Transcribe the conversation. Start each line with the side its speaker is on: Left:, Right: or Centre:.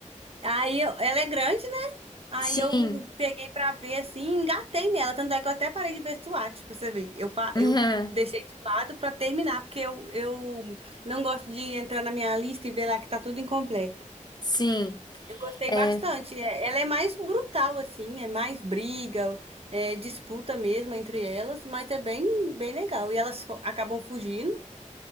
Right: Aí eu- ela é grande, né? Aí
Left: Sim.
Right: eu
Left: <laughs>
Right: peguei pra ver assim, e engatei nela. Tanto é que eu até parei de ver SWAT, pra você ver. Eu, pa-
Left: Uhum.
Right: eu deixei de lado pra terminar, porque eu, eu não gosto de entrar na minha lista e ver lá que tá tudo incompleto.
Left: Sim.
Right: Eu gostei
Left: É,
Right: bastante. É, Ela é mais brutal, assim, é mais briga, é disputa mesmo entre elas, mas é bem, bem legal. E elas fo- acabam fugindo.